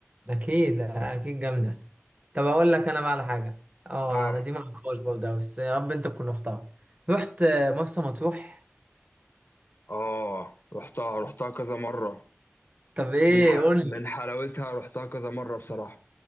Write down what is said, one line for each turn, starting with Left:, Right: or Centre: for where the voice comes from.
Right: اكيد اكيد جامده طب اقول لك انا بقى على حاجه اه
Left: اه
Right: انا دي ما اعرفهاش برضه أوي، بس يا رب انت تكون رحتها رحت مرسى مطروح
Left: اه رحتها رحتها كذا مره
Right: طب ايه
Left: من ح...
Right: قول لي
Left: من حلاوتها رحتها كذا مره بصراحه